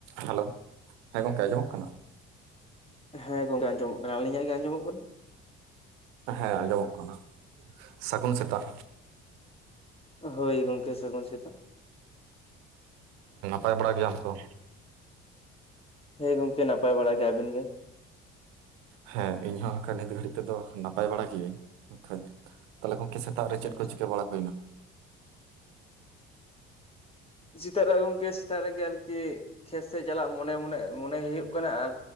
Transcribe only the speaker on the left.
ᱦᱮᱸ ᱜᱚᱝᱠᱮ ᱟᱸᱡᱚᱢᱚᱜ ᱠᱟᱱᱟ ᱟᱞᱤᱧᱟᱜ ᱜᱮ ᱟᱸᱡᱚᱢᱚᱜ ᱠᱟᱱᱟ?
ᱦᱳᱭ ᱜᱚᱝᱠᱮ ᱥᱟᱹᱜᱩᱱ ᱥᱮᱛᱟᱜ
ᱦᱮᱸ ᱜᱚᱝᱠᱮ ᱱᱟᱯᱟᱭ ᱵᱟᱲᱟ ᱜᱮ ᱟᱹᱵᱤᱱ ᱜᱮ
ᱟᱪᱪᱷᱟ
ᱟᱪᱪᱷᱟ
ᱥᱮᱛᱟᱜ ᱨᱮ ᱜᱚᱝᱠᱮ ᱥᱮᱛᱟᱜ ᱨᱮᱜᱮ ᱟᱨᱠᱤ ᱠᱷᱮᱛ ᱥᱮᱫ ᱪᱟᱞᱟᱜ ᱢᱚᱱᱮ ᱢᱚᱱᱮ ᱢᱚᱱᱮ ᱦᱩᱭᱩᱜ ᱠᱟᱱᱟ ᱟᱨ